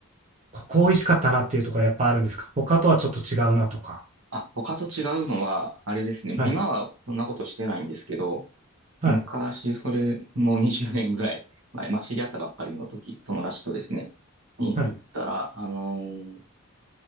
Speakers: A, on the right; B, on the right.
A: ここ美味しかったなっていうところはやっぱあるんですか他とはちょっと違うなとか。
B: あ、他と違うのは、あれですね。もう今はそんなことしてないんですけど、
A: はい、はい、
B: 昔、それ、もう20年ぐらい前、まあ、知り合ったばっかりの時、友達とですね、に行ったら、
A: はい、
B: あのー